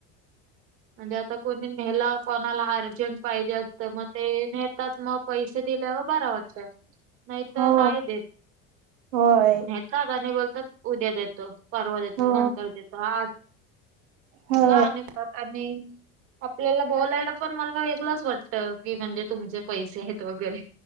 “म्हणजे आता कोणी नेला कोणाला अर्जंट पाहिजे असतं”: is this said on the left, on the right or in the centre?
Right